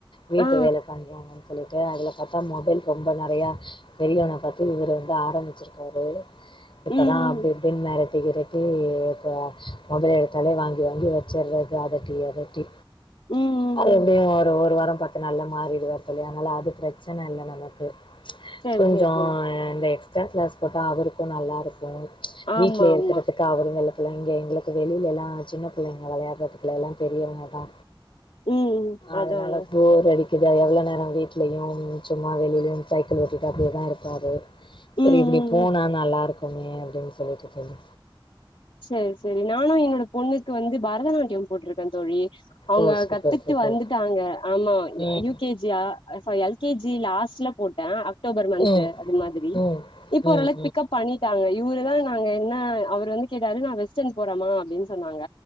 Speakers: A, on the left; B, on the left.
A: வீட்டு
B: ஆ ஆ
A: வேல பண்றாங்கன் சொல்லிட்டு அதுல பாத்தா மொபைல் ரொம்ப நெறையா பெரியவன பாத்து இவர் வந்து ஆரம்பிச்சிருக்காரு இப்பதா
B: ம் ம்
A: அப்டி இப்டின் மெரட்டி கிரட்டி ப்ப மொபைல் எடுத்தாலே வாங்கி வாங்கி வச்சறது அதட்டி அதட்டி
B: ம் ம்
A: அது எப்டியு
B: ம்
A: ஒரு ஒரு வாரம் ப த்து நாள்ல மாறிடுவார் தோழி அதனால அது பிரச்சன இல்ல நமக்கு
B: சரி
A: கொஞ்சோ
B: சரி சரி
A: இந்த எக்ஸ் ட்ரா கிளாஸ் போட்டா அவருக்கு நல்லா இருக்கு
B: ஆமா
A: வீட்ல
B: ஆமா
A: இருக்கறதுக்கு அவரு வெ பிள்ளைங்க எங்களுக்கு வெளிலலா சின்ன பிள்ளைங்க விளையாட்றதுக்லல்லா பெரியவங்கதா
B: ம் ம்
A: அதனால
B: அதான
A: போர் அடி குது எவ்ளோ நேர வீட்லயும் சும்மா வெளியிலேயும் சைக்கிள் ஓட்டிட்டு அப்டியே தா இருப்பாரு சரி
B: ம்
A: இப்டி
B: ம்
A: போனா
B: ம்
A: நல்லா இருக்குமே அப்டின் சொல்லிட்டு தோழி
B: சேரி சேரி நானு என்னோட பொண்ணுக்கு வந்து பரதநாட்டியம் போட்ருக்கே தோழி அவுங்க
A: ஓ சூப்பர்
B: கத்துட்டு
A: சூப்பர்
B: வந்துட்டாங்க ஆமா
A: ம்
B: அ யூ கே ஜியா ஸா எல் கே ஜி லாஸ்ட்ல போட்டே அ ட்டோபர் மன்த்து
A: ம்
B: அது மாதிரி
A: ம்
B: இப்போ
A: ம்
B: ஓரளவுக்கு
A: ம்
B: பிக்கப் பண்ணி ட்டாங்க இவுருதா நாங்க என்ன அவரு வந்து கேட்டாரு நா வெஸ்டர்ன் போறமா அப்டின் சொன்னாங்க